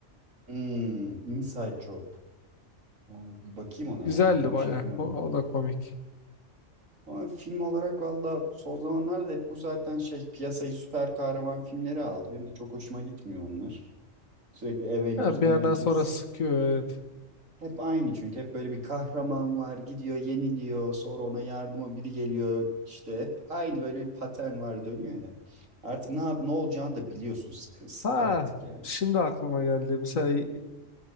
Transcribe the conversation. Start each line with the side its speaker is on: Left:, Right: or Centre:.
Right: Hmm, Inside Job. Oo, bir bakayım ona
Left: Güzeldi
Right: ya. Tam
Left: bayağı.
Right: şey yapmadım.
Left: ko- O, da komik.
Right: Ama film olarak valla son zamanlarda hep bu zaten şey piyasayı süper kahraman filmleri aldı. Benim de çok hoşuma gitmiyor onlar. Sürekli Avengers,
Left: Ha,
Right: Avengers.
Left: bir yerden sonra sıkıyor evet.
Right: Hep aynı çünkü hep böyle bir kahraman var gidiyor yeniliyor sonra ona yardıma biri geliyor işte hep aynı böyle bir patern var dönüyor ya. Artık ne yap ne olacağını da biliyorsun sıkı, sıktı
Left: Ha
Right: artık yani.
Left: şimdi aklıma geldi. Mesela e,